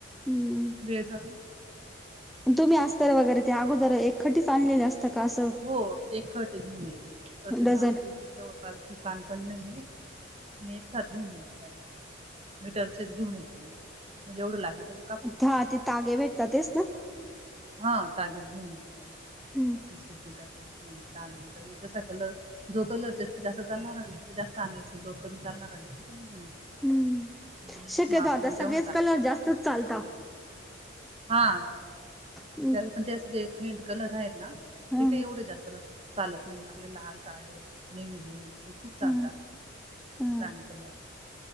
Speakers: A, in the centre; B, on the right.
A: हम्म.
B: वेळ जातो ना
A: तुम्ही असतर वगैरे ते अगोदर एकखटी आणलेले अस तकास
B: हो एक खट मीन येते प्रत्येक
A: डझन?
B: गमची त जवळपास दुकान पण नाहीे मी एक साथ घेऊन यायच्याडार मी टर्चेस घेऊन येती म्हणजेवढं लागलं तेवढ
A: हा ते तागे भेटतातच ना
B: हा तगेच घेऊन येते
A: हम्
B: बीसस मीटर दाना मीटर जसा कलर जो कलर जास्तीत जास्त चालणार आहे ना तर ते जास्त आणायचं जो कमी चालणार आहे ना तो कमीयच
A: हम्म शक्यतो
B: म आपण
A: आता सगळेच
B: जेवण लागतो
A: कलर जास्तच
B: का आपण
A: चालता
B: हा
A: ह
B: पण त्या अस जे फेंट कलर आहेत ना
A: हा
B: ते काही एवढे जास्त लागत चालत नाही आपले लाल काळे नेवी ब्लू हे खूप चालतात
A: हा हा
B: राणी कलर